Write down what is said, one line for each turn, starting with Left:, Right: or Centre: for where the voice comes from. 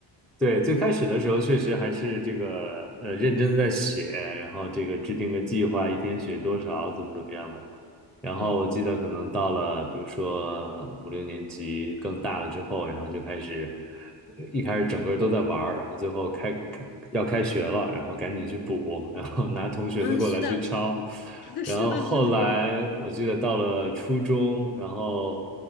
Centre: 对，最开始的时候确实还是这个呃认真地在写，然后这个制定个计划，一天写多少，怎么怎么样的。然后我记得可能到了比如说五六年级更大了之后，
Left: 嗯
Centre: 然后就开始一开始整个都在玩儿，然后最后开开要开学了，然后赶紧去补，然后拿同学的过来去抄。
Left: 嗯，啊是的，<laughs>
Centre: 然后后来我记得到了初中，
Left: 是的，是的，
Centre: 然后